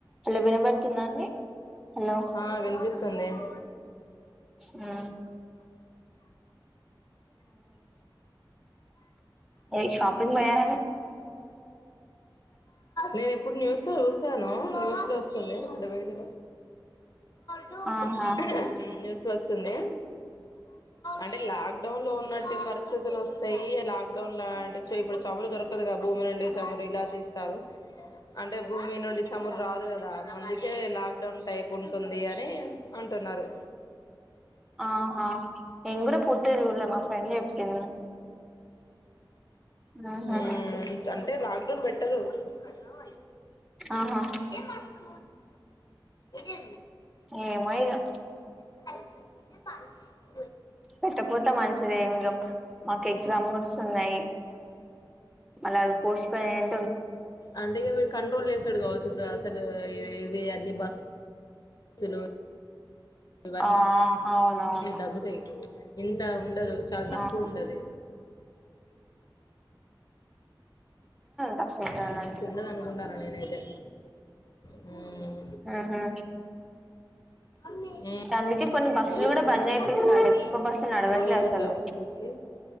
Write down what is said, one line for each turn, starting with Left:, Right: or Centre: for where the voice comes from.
Centre: హలో వినబడుతుందా అండి హలో
Left: ఆ వినిపిస్తుంది మ్మ్
Centre: హూమ్ ఆ వోయ్ షాపింగ్ లో <unintelligible>
Left: నేను ఇప్పుడు న్యూస్ లో చూశాను న్యూస్ లో వస్తుంది ఆడవీడు లో
Centre: ఆహా
Left: ఊమ్ న్యూస్ లో వస్ తుందా అంటే లాక్ డౌన్ లో ఉన్నట్టు పరిస్థితులు వస్తాయి లాక్ డౌన్ అలాంటి చే ఇప్పుడు చమురు దొరకుదు గా భూమి నుండి చమురు ఇలా తారు అంటే భూమి నుండి చమురు రాదు గదా అందుకే లాక్ డౌన్ టైపు ఉంటుంది అని అంట్ టున్నారు
Centre: ఆహా నేను గూడ పూర్తిగా చూడలే. మా ఫ్రెండ్ చెప్పింది ఆహా
Left: హూమ్ అంటే లాక్ డౌన్ బెట్టరు. కయి
Centre: ఆహా
Left: ఇదే మా స్క ఇదే
Centre: ఏమో ఇగా
Left: త ప
Centre: పెట్టకపోతే మంచిదే ఇంగ మాకు ఎగ్జామ్ గూడ తున్నాయి మళ్ళా ఆళ్ళు పోస్ట్ పోన్ అయినై
Left: అంటే ఇగ మీరు కంట్రోల్ చేస్ స్తాడు కావచ్చు ఇప్పుడు అసలు ఇవ్ ఇవే అన్నీ బస్సులు ఇవన్నీ
Centre: ఆ అవునవును
Left: దగ్గుతాయి. ఇంత ఉండదు చాలా తక్కువ
Centre: ఆహా
Left: ఉంటది.
Centre: తక్కువ
Left: హుమ్
Centre: ఉంటది అన్నట్టుగా
Left: ఇంతుండదు అనుకుంటాన్నా నేనైతే హూమ్
Centre: ఉహు
Left: మ్మ్
Centre: అందుకే కొన్ని బస్సులు
Left: నువ్వు
Centre: కూడా బంద్ చేపిస్తాండు ఎక్కువ బస్సులు నడవట్లే
Left: రోజు
Centre: అసలు
Left: పోట్లేదా స్కూల్ కి